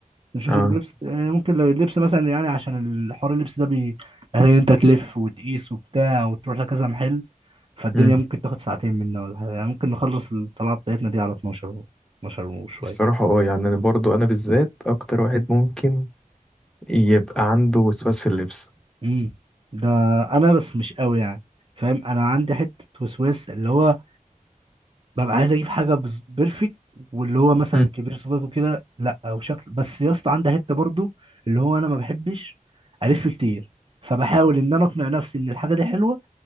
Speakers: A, on the right (about 40°); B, in the centre.
A: نشوف
B: اه
A: اللبس آه، ممكن لو اللبس مثلا يعني عشان الحوار اللبس ده بي يعني انت تلف وتقيس وبتاع وتروح لكذا محل فالدنيا
B: مم.
A: ممكن تاخد ساعتين منا ولا حاجة يعني ممكن نخلص الطلعة بتاعتنا دي على 12 و- 12 وشوية
B: الصراحة اه يعني أنا برضه أنا بالذات أكتر واحد ممكن يبقى عنده وسواس في اللبس
A: امم ده انا بس مش قوي يعني فاهم انا عندي حتة وسواس اللي هو ببقى عايز اجيب حاجه بز- بيرفكت واللي هو مثلا
B: مم.
A: كبير صفاته كده لا او شكل بس يا اسطى عندها حته برضو اللي هو انا ما بحبش الف كتير فبحاول ان انا اقنع نفسي ان الحاجه دي حلوه